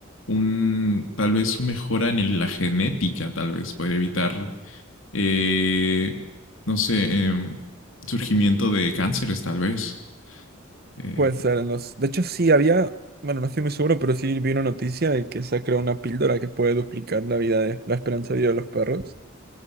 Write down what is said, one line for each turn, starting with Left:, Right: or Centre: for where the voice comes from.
Left: un, tal vez una mejora en el- la genética, tal vez, podría evitar, eh, no sé, em, surgimiento de cánceres, tal vez. Eh,
Right: Puede ser en los... De hecho, sí había... Bueno, no estoy muy seguro, pero sí vi una noticia de que se ha creado una píldora que puede duplicar la vida de la esperanza de vida de los perros.